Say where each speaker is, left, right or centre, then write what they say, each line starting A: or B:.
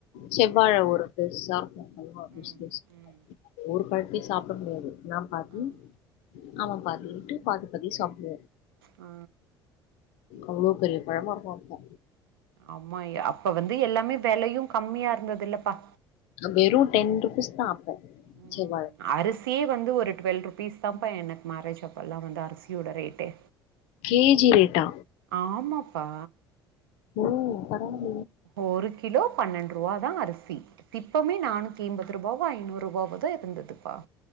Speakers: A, on the left; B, on the right.
A: செவ்வாழ ஒரு இது பெருசா <unintelligible>
B: ம் ம்
A: ஒரு வாட்டி சாப்பட முடியாது நா பாதி
B: ஆ
A: அவ பாதின்ட்டு பாதி பாதி சாப்டுவோ
B: ஆ
A: அவ்ளோ பெரிய பழமா இருக்கு அப்போ
B: ஆமா அப்ப வந்து எல்லாமே வெலையு கம்மியா இருந்ததுல்லப்பா
A: வெறும் டென் ருபீஸ் தா அப்ப
B: ம்.
A: செவ்வாழ
B: அரிசியே வந்து ஒரு டுவெல்வ் ருபீஸ் தான்ப்பா எனக்கு மேரேஜ் அப்போல்லா வந்து அரிசியோட ரேட்டே
A: கே ஜி ரேட்டா
B: ஆமாப்பா
A: ஓ பரவால
B: ஒரு கிலோ பன்னெண்டு ருவா தா அரிசி சிப்பமே நானூத்தி எம்பது ரூபாவோ ஐநூறு ரூபாவோதா இருந்ததுப்பா